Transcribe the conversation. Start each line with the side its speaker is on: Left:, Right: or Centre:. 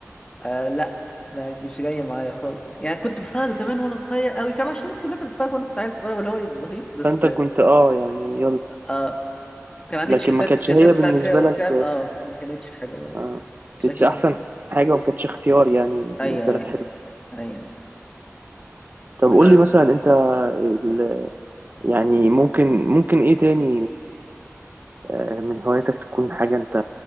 Left: آه لا ما جيش جايه معايا خالص يعني كنت بتفرج زمان وانا صغير قوي فاهم عشان الناس كلها كانت بتتفرج وانا كنت عيل صغير واللي هو بهيص بس
Right: فأنت كنت اه يعني يلا
Left: اه كان عندي
Right: لكن
Left: تيشيرتات
Right: ما كانتش
Left: تيشيرتات
Right: هي
Left: بتاعت
Right: بالنسبة
Left: فيها وبتاع
Right: لك
Left: اه بس ما كانتش حاجة
Right: آه،
Left: شكل
Right: كانتش أحسن
Left: جد-
Right: حاجة وما كانتش اختيار يعني
Left: ايوه
Right: بالنسبة
Left: ايوه
Right: لك حلو
Left: ايوه أيوة.
Right: طب
Left: ما-
Right: قول لي مثلا انت ال- يعني ممكن ممكن ايه تاني آه، من هواياتك تكون حاجة انت